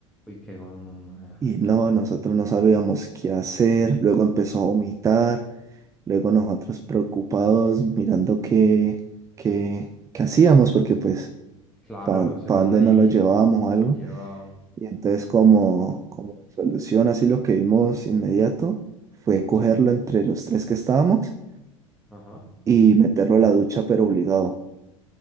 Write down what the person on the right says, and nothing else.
Y no, nosotros no sabíamos qué hacer. Luego empezó a vomitar. Luego nosotros preocupados mirando qué, qué, qué hacíamos, porque pues,
¿para
dónde
no lo llevábamos o algo?
Y entonces como, como solución, así lo que vimos inmediato fue cogerlo
entre los tres que estábamos
y meterlo a la ducha, pero obligado.